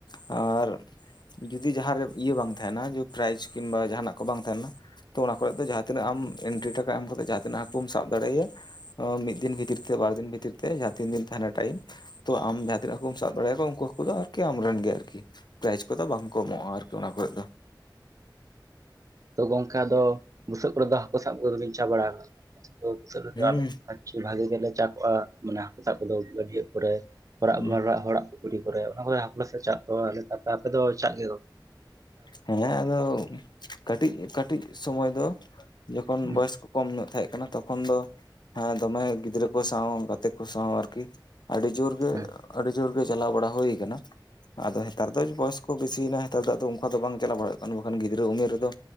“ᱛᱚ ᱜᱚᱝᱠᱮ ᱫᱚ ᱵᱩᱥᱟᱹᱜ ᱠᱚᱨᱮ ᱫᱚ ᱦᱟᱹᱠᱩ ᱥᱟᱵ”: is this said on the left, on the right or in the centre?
Right